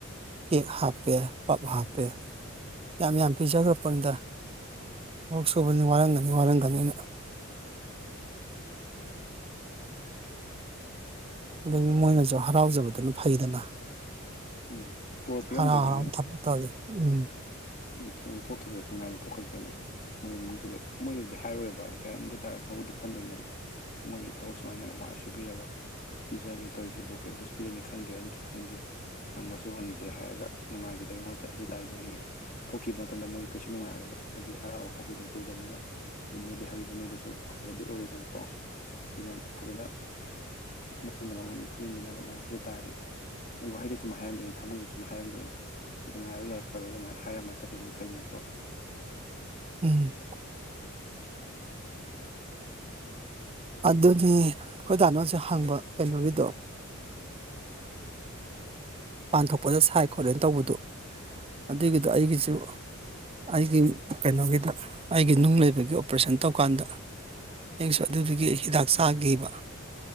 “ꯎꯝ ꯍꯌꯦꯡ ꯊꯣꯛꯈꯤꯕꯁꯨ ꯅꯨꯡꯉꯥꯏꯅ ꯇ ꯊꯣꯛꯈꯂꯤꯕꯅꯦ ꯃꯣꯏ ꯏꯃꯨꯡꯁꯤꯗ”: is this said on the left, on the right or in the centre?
Left